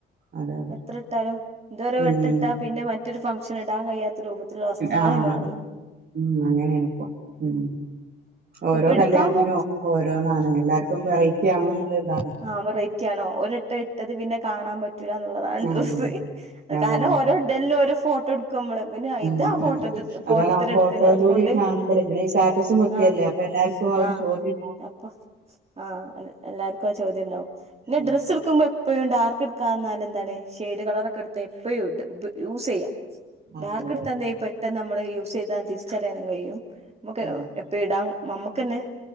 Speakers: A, on the right; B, on the right.
A: അതെ അതെ
B: എത്ര ഇട്ടാലും ഇതൊരെ
A: ഉം
B: വട്ടിട്ടാ പിന്നെ മറ്റ് - റ്റൊരു ഫംഗ്ഷൻ ഇടാൻ കയ്യാത്ത രൂപത്തിലുള്ള വസ്ത്രങ്ങളായി
A: ആഹ്
B: മാറി
A: ഉം അങ്ങനെണിപ്പോ ഉം ഓരോ
B: ഇപ്പൊ എടുക്കാൻ
A: കല്യാത്തിനും
B: പോ
A: ഓരോന്നാണ് എല്ലാർക്കും വെറൈറ്റി ആവണം ന്ന്ള്ളതാണ്
B: ആ വെറൈറ്റി ആണോ ഓരിട്ട ഇട്ടത് പിന്നെ കാണാൻ പ - റ്റാന്ന് ന്ന്ള്ളതാണ്
A: ഉം
B: ഡ്രസ്സ്
A: ആഹ് അതെ
B: കാര്ണം
A: അതെ
B: ഓരോ ഇടൽനോരോ ഫോട്ടോ ട് ക്കുമ്മള് പിന്നെ
A: ആഹ്
B: ഇതാ
A: അതാണ്
B: ഫോട്ടോട് ഫോട്ടോത്തിട്ത്തിണ്
A: അതാണ് ആ ഫോട്ടോയിലൂടെ
B: അതുകൊണ്ട്
A: കാണുമ്പോഴേ ഇവിടെ ഈ സ്റ്റാറ്റസും വെക്കല്ലേ
B: ആ
A: അപ്പൊ എല്ലാർക്കും ഒരു
B: ആ
A: ചോദ്യം ഉണ്ടാവും
B: അപ്പം ആ എല്ലാർക്കാ ചോദ്യണ്ടാവും ന്നെ
A: ഉം.
B: ഡ്രസ്സ് സ്സ്ട്ക്കുമ്പോ എപ്പഴും ഡാർക്ക്ക്കാന്നാലെന്താണ് ഷെയ്ട് കളറൊക്കെ എടുത്താ എപ്പെയും ടും ബ് യൂസെയ്യാ
A: ആഹ് അതെ
B: ഡാർക്ക്ട്ത്ത
A: അതെ
B: ന്തെയ്യും പെട്ടെന്ന് നമ്മള് യൂസെയ്താ തിരിച്ചറിയാനും കയ്യും നമ്മക്ക്
A: ആഹ്
B: എപ്പ ഇടാൻ നമ്മക്കെന്നെ